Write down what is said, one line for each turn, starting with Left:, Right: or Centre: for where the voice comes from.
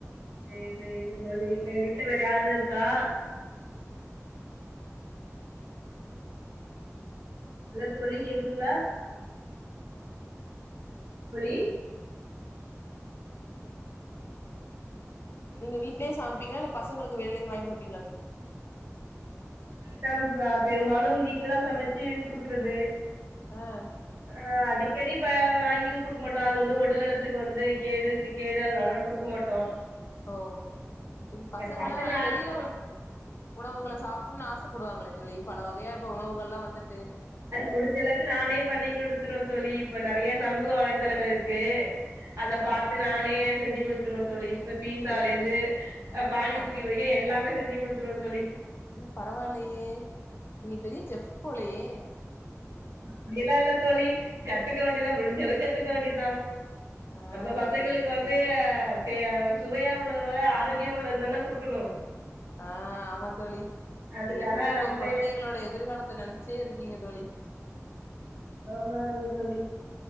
Right: சேரி சேரி இங்க தோனி வேற வீட்டுல வேற யாாரும் இருக்கா ஹலோ தோழி கேக்குதுங்களா <unintelligible> கேக்குதா
Left: நீங்க வீடலயே
Right: தோழி
Left: சமைப்பீங்கள இல்ல பசங்களுக்கு வெளியிலே இருந்து வாங்கி கொடுப்பீங்களா
Right: நாம் பெரும்பாலும் வீட்டுலதான் சமைச்சு குடுக்குறது
Left: ஆ
Right: ஆஹ் அடிக்கு கெடிப்ப வாங்கி கொடுக்க மாட்டோம் அது வந்து உடல் நலத்துக்கு வந்து கேடு கேடு அததுனாலதா கொடுக்க மாட்டோம்
Left: ஓ இ பசங்கல்லாம்
Right: பசங்க
Left: நல்லா
Right: ஆசப்பட்
Left: வெளியில உள்ளள உணவுக்கு சாப்பிடனு ஆச ப்படுவாங்களே தோழி பல வகையா இப்ப உணவுகள்லாம் வந்துட்டு
Right: முடிஞ்சளக்கு நானே பண்ணி் கொடுத்துறோன் தோழி இப்ப நிறைய சமூக வலைத்தளங்கள் இருக்கு அத
Left: ஆ
Right: பார்த்து நானே செஞ்சு கொடுத்துிருவ அந்தவி பீஸாலேந்து்
Left: எ
Right: பானிபூரி
Left: ஆ
Right: வரைக்கும் எல்லாமே செஞ்சு குடுத்துருவே தோழி
Left: பரவாயில்யே நீ பெரிய செப் போலையே
Right: அப்டிளா இல்ல தோழி கத்துக்க வேண்டிதான் முடிஞ்ச அளவு கத்துக்க வேண்டிதான்
Left: ஆ
Right: நம்ம பசங்களுக்கு
Left: சேரி தோழி
Right: வந்து திய சுவையா உள்ளது வர ஆரோக்கியம் உள்ளது தானே கொடுக்கணும்
Left: ஆஹ் ஆமா தோழி
Right: அதுக்காக
Left: நீங்க எப்பயுமே
Right: நம்பளே
Left: உங்க குழந்தைகளோட எதிர்காலத்தை நினைச்சுட்டே இருக்கீங்க தோழி
Right: ஆமா தோழி